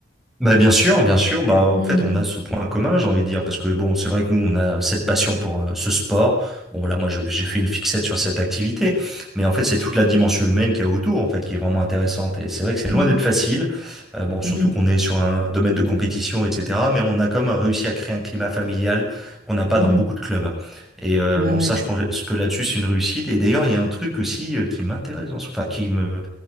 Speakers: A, in the centre; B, on the right.
A: Bah bien sûr, bien sûr. Bah en
B: Mhm,
A: fait, on a ce point commun, j'ai envie de dire, parce que bon, c'est vrai que nous, on a cette passion pour euh, ce sport. Bon voilà, moi, je- j'ai fait une fixette sur cette activité, mais en fait, c'est toute la dimension humaine qu'il y a autour, en fait, qui est vraiment intéressante. Et c'est vrai que c'est loin
B: mhm,
A: d'être facile. Euh, bon, surtout
B: mhm,
A: qu'on est sur un domaine de compétition, etc. Mais on a quand même réussi à créer un climat familial qu'on n'a pas
B: mhm.
A: dans beaucoup de clubs. Et euh,
B: Bah
A: bon,
B: ouais.
A: ça, je pense que là-dessus, c'est une réussite. Et d'ailleurs, il y a un truc aussi euh, qui m'intéresse dans ce, enfin, qui me